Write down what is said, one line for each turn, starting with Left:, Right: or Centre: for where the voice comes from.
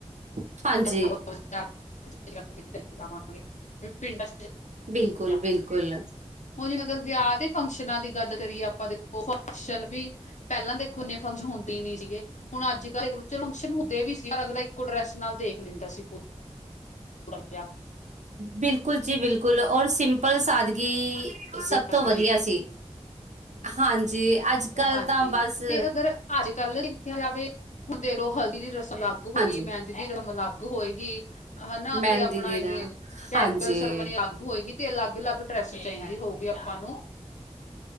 Right: ਹਾਂਜੀ-ਹਾਂਜੀ
Left: <inaudible>
Right: ਬਿਲਕੁਲ-ਬਿਲਕੁਲ
Left: ਜਾ ਹੁਣ ਜਿਵੇਂ ਅਗਰ ਵਿਆਹ ਦੇ ਫੰਕਸ਼ਨਾਂ ਦੀ ਗੱਲ ਕਰੀਏ। ਆਪਾਂ ਉਹ ਫੰਕਸ਼ਨ ਵੀ ਪਹਿਲਾਂ ਦੇਖੋ ਇੰਨੇ ਫੰਕਸ਼ਨ ਹੁੰਦੇ ਨੀ ਸੀਗੇ। ਹੁਣ ਅੱਜ ਕੱਲ੍ਹ <unintelligible> ਚਲੋ ਫ਼ੰਕਸ਼ਨ ਹੁੰਦੇ ਵੀ ਸੀ। ਅਗਲਾ ਇੱਕੋ ਡਰੈੱਸ ਨਾਲ਼ ਦੇਖ ਲੈਂਦਾ ਸੀ। ਵਧੀਆ।
Right: ਬਿਲਕੁਲ ਜੀ-ਬਿਲਕੁਲ ਔਰ ਸਿੰਪਲ ਸਾਦਗੀ ਈ ਸਭ ਤੋਂ
Left: ਹਾਂਜੀ
Right: ਵਧੀਆ ਸੀ। ਹਾਂਜੀ, ਅੱਜ ਕੱਲ੍ਹ
Left: ਹਾਂਜੀ
Right: ਤਾਂ ਬਸ
Left: ਤੇ ਅਗਰ ਅੱਜ ਕੱਲ੍ਹ ਦੇਖਿਆ ਜਾਵੇ। ਹੁਣ ਦੇਖਲੋ, ਹਲਦੀ ਦੀ ਰਸਮ ਲੱਗ ਹੋਈ।
Right: ਹਾਂਜੀ
Left: ਮੈ ਜਦੀ ਰਮ ਲੱਗ ਹੋਏਗੀ ਹਨਾ।
Right: ਮਹਿੰਦੀ
Left: ਆਪਣਾ
Right: ਦੀ ਦਾ
Left: ਤੇ ਇਹ ਬੈਂਗਲ
Right: ਹਾਂਜੀ
Left: ਸੈਰੇਮਨੀ ਲੱਗ ਹੋਏਗੀ। ਤੇ ਅਲੱਗ-ਅਲੱਗ ਡਰੈੱਸ ਚਾਹੀਦੀ ਹੋਗੀ। ਆਪਾਂ ਨੂੰ।